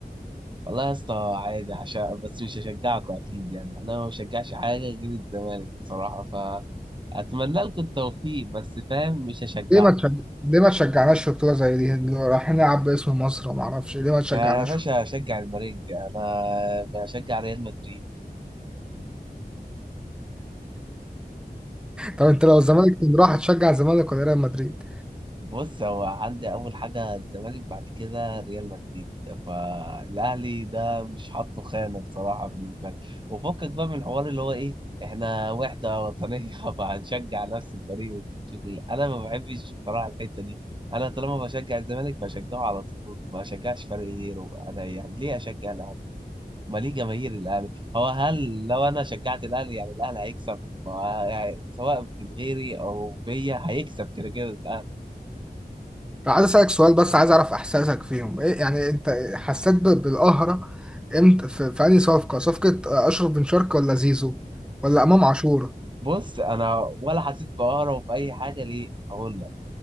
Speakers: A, on the right; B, in the centre.
A: والله يا اسطى عادي عشان بس مش هشجعكم اكيد يعني انا ما بشجعش حاجه غير الزمالك بصراحه فاتمنى لكم التوفيق بس فاهم مش هشجعكم
B: ليه ما تشجع... ليه ما تشجعناش في بطولة زي دي؟ رايحين نلعب باسم مصر وما اعرفش ليه ما تشجعناش؟
A: يا باشا هشجع المارينجا انا بشجع ريال مدريد
B: طب انت لو الزمالك كان راح تشجع الزمالك ولا ريال مدريد؟
A: بص هو عندي اول حاجه الزمالك بعد كده ريال مدريد فالاهلي ده مش حاطه خانه بصراحه بالنسبه لي وفكك بقى من الحوار اللي هو ايه احنا وحده وطنيه <laughs> فهنشجع نفس الفريق والشغل. انا ما بحبش بصراحه الحته دي انا طالما بشجع الزمالك بشجعه على طول ما اشجعش فريق غيره انا يعني ليه اشجع الاهلي ما ليه جماهير الاهلي هو هل لو انا شجعت الاهلي يعني الاهلي هيكسب ما- يعني سواء من غيري او بيا هيكسب كده كده الاهلي
B: طب عايز اسالك سؤال بس عايز اعرف احساسك فيهم، ايه يعني انت حسيت ب- بالقهرة امتى في, في انهي صفقة؟ صفقة اشرف بن شرقي ولا زيزو؟ ولا امام عاشور؟
A: بص انا ولا حسيت بقهرة في اي حاجه ليه اقول لك